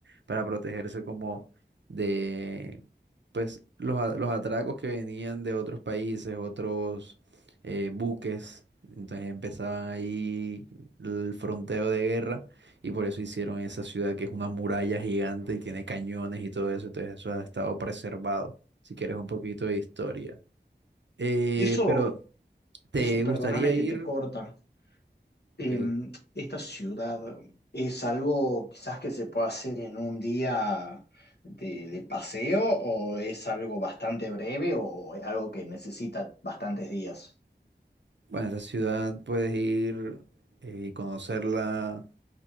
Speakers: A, on the right; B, on the left.
A: para protegerse como de pues los, a- los atracos que venían de otros países, otros eh, buques. Entonces empezaban ahí el fronteo de guerra y por eso hicieron esa ciudad que es una muralla gigante y tiene cañones y todo eso. Entonces eso ha estado preservado, si quieres un poquito de historia. Eh,
B: Eso,
A: pero, ¿te
B: eso, perdóname
A: gustaría
B: que
A: ir?
B: te corta. em,
A: Ok.
B: esta ciudad es algo quizás que se pueda hacer en un día de, de paseo o es algo bastante breve o es algo que necesita bastantes días?
A: Bueno, esa ciudad puedes ir eh, y conocerla